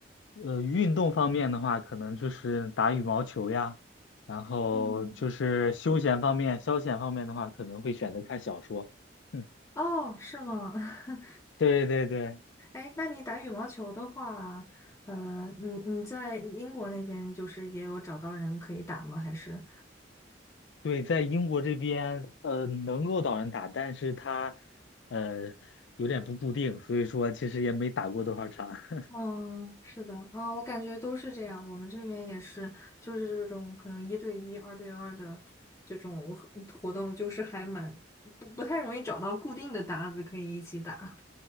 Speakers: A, on the left; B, on the left.
A: 呃，运动方面的话，可能就是打羽毛球呀，然后就是休闲方面、
B: 嗯，
A: 消遣方面的话，可能会选择看小说。<laughs>
B: 哦，是吗？<laughs>
A: 对对对
B: 哎，那你打羽毛球的话，呃，你你在英国那边就是也有找到人可以打吗？还是？
A: 对，在英国这边，呃，能够导人打，但是他，呃，有点不固定，所以说其实也没打过多少场。<laughs>
B: 嗯，是的，嗯，我感觉都是这样。我们这边也是，就是这种可能一对一、二对二的这种活活动，就是还蛮不不太容易找到固定的搭子可以一起打。